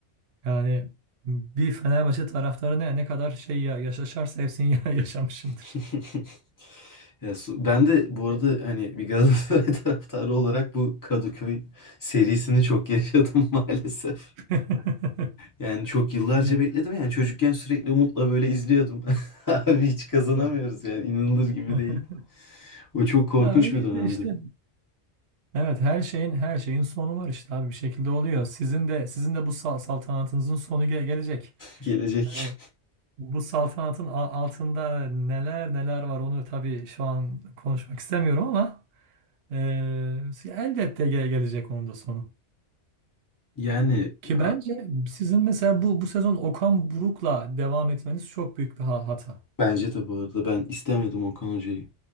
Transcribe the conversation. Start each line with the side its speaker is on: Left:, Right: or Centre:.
Right: Yani bir Fenerbahçe taraftarı ne, ne kadar şey ya, yaşarsa hepsini ya- <laughs> yaşamışımdır.
Left: <laughs> Ya su- ben de bu arada hani bir Galatasaray <laughs> taraftarı olarak bu Kadıköy serisini çok yaşadım <laughs> maalesef.
Right: <laughs>
Left: Yani çok yıllarca
Right: Evet,
Left: bekledim yani çocukken sürekli umutla böyle izliyordum. <laughs> Abi hiç kazanamıyoruz
Right: evet.
Left: yani inanılır gibi
Right: <laughs>
Left: değil. O çok korkunç
Right: Ya öyleydi
Left: bir dönemdi.
Right: işte. Evet her şeyin her şeyin sonu var işte abi bir şekilde oluyor. Sizin de sizin de bu sal- saltanatınızın sonu ge- gelecek.
Left: Gelecek.
Right: Yani bu saltanatın a- altında neler neler var onu tabii şu an konuşmak istemiyorum ama Ee, elbette ge- gelecek onun da sonu.
Left: Yani
Right: Ki
Left: a-
Right: bence sizin mesela bu bu sezon Okan Buruk'la devam etmeniz çok büyük bir ha- hata.
Left: bence de bu arada ben istemedim Okan Hoca'yı.